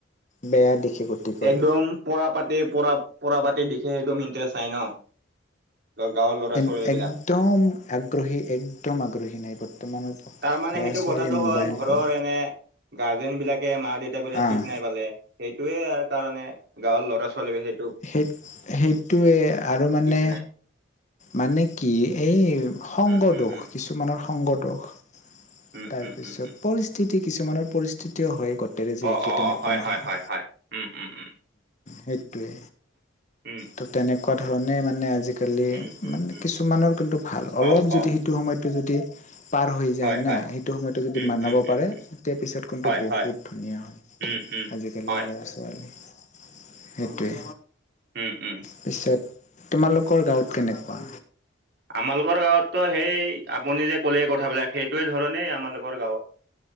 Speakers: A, on the left; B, on the right.
A: বেয়া দিশে গতি কৰে
B: একদম পৰা পাতে পৰা - পৰা পাতে দিখে একদম ইণ্টাৰেষ্ট নাই ন। গাঁৱৰ ল'ৰা
A: এ-
B: ছোৱালী বিলাক
A: একদম আগ্ৰহী - একদম আগ্ৰহী নাই বৰ্তমানৰ
B: তাৰ মানে
A: ল'ৰা
B: সেইটো
A: ছোৱালী
B: কথাটো
A: মোবাইল
B: হ'ল ঘৰৰ
A: ফোন
B: এনে গাৰ্জেন বিলাকে মা দেউতা বোলে
A: আহ
B: ঠিক নাই পালে সেইটয়ে। য়াৰ কাৰণ গাঁৱৰ ল'ৰা ছোৱালী বি সেই
A: সেই সেইটোৱে আৰু মানে
B: ঠিক নাই
A: মানে কি এই সংগদোষ
B: উম উম উম
A: কিছুমানৰ সংগদোষ
B: উম
A: তাৰপিছত
B: উম উম উম
A: পৰিস্থিতি কিছুমানৰ পৰিস্থিতিও হৈ গছে হতেৰে যে
B: অ
A: একে
B: অ
A: তেনেকুৱা
B: অ হয়
A: নহয়
B: হয় হয় হয় উম উম উম
A: সেইটোৱে
B: উম
A: ত তেনেকুৱা ধৰণে মানে আজি আজিকালি
B: উম উম
A: মানে
B: উম
A: কিছুমানৰ কিন্তু ভাল অলপ
B: অ
A: যদি
B: অ
A: সেইটো সময়টো যদি। পাৰ হৈ যায়
B: হয় হয়
A: না সেইটো সময়তো যদি
B: উম
A: বনাব
B: উম উম
A: পাৰে তেয়া পিছত কিন্তটো
B: হয়
A: বহুত
B: হয়
A: ধুনীয়া হয়
B: উম উম
A: আজিকালি
B: হয়
A: লৰা ছোৱালী সেইটোৱে
B: উম উম
A: পিছত তোমালোকৰ গাঁৱত কেনেকুৱা
B: আমালোকৰ গাঁৱতো সেই আপুনি যে কলে কথাবিলাক সেইটোোৱে ধৰণেই আমালোকৰ গাঁৱত। <inaudible>